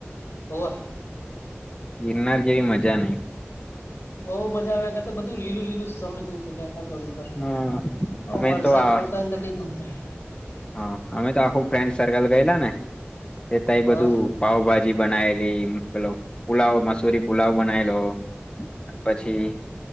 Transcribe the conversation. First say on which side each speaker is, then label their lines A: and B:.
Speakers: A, on the left; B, on the left.
A: હોવા
B: ગિરનાર જેવી મજા નહીં
A: બઉ મજા આવે તો બધું લીલું લીલું સમજવું કે આખા ઘળ ઉપર
B: હા
A: ઓ
B: અમે
A: વરસાદ
B: તો આ
A: પડતો એ તો ક થાય
B: હા અમે તો આખું ફ્રેન્ડ સર્કલ ગયેલા ને એ તઈ
A: હા
B: બધું પાવભાજી બનાયેલી પેલો પુલાવ મસૂરી પુલાવ બનાયેલો અને પછી